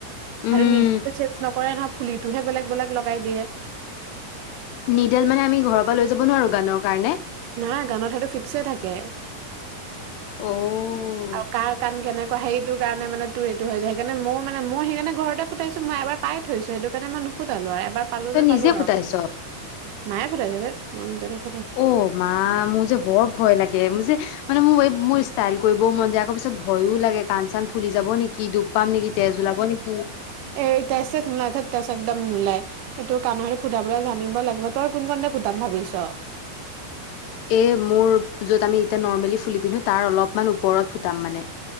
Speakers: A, on the left; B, on the right.
A: উম
B: আৰু- চেজ নকৰে নহয় ফুলিটোহে বেলেগ বেলেগ লগাই দিয়ে।
A: নিডেল মানে আমি ঘৰৰ পৰা লৈ যাব নোৱাৰো গানৰ কাৰণে।
B: নাই গানত সেইটো ফিক্স হৈ থাকে।
A: অ'।
B: আৰু কাৰ কাণ কেনেকুৱা সেইটো কাৰণে মানে তোৰ এইটো হৈ যায়, সেইকাৰণে মোৰ মানে মোৰ সেইকাৰণে ঘৰতে - সেইটো পাই থৈছো সেইটো কাৰণে মই নোফোটালো। আৰু পালো
A: তই
B: যে,
A: নিজে
B: পালো আৰু,
A: ফুটাইছ
B: মায়ে ফুতাইছে মই নিজে নুফুতাও।
A: অ' মা মোৰ যে বৰ ভয় লাগে। মানে মোৰ ষ্টাইল কৰিবও মন যায আকৌ পিছত ভয়ো লাগে। কাণ-চাণ ফুলি যাব নেকি, তেজ ওলাব নেকি, দুখ পাম নেকি, তেজ ওলাব নেকি।
B: এই তেজ-চেজ নোলাই একদম নোলাই। এইটোৰ কাণৰহে ফুটাবলৈ জানিব লাগিব। তই কোন-কোনখন কাণত ফুটাম বুলি ভাবিছ?
A: এই মোৰ য'ত আমি এতিয়া নৰ্মেলি ফুলি পিন্ধো তাৰ অলপমান ওপৰত ফুটাম মানে।